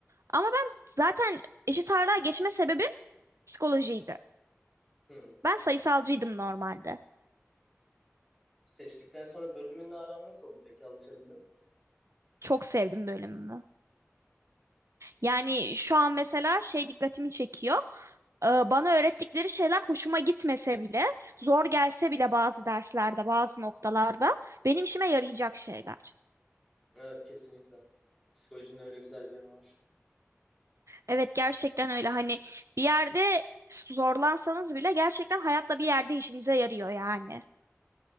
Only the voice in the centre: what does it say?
Hmm.
Seçtikten sonra bölümünle aran nasıl oldu peki alışabildin mi?
Evet kesinlikle. Psikolojinin öyle güzel bir yanı var.